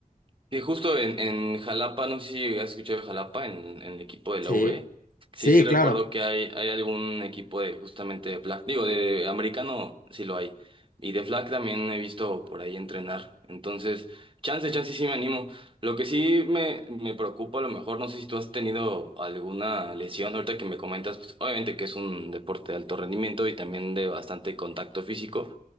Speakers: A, on the right; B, on the left.
A: Sí, justo en, en Jalapa, no sé si has escuchado de Jalapa, en, en el equipo de la
B: Sí,
A: UB.
B: sí,
A: Sí, sí recuerdo
B: claro,
A: que hay, hay algún equipo de justamente de flag. Digo, de americano sí lo hay. Y de flag también he visto por ahí entrenar. Entonces, chance, chance sí me animo. Lo que sí me, me preocupa a lo mejor, no sé si tú has tenido alguna lesión. Ahorita que me comentas, pues, obviamente que es un deporte de alto rendimiento y también de bastante contacto físico.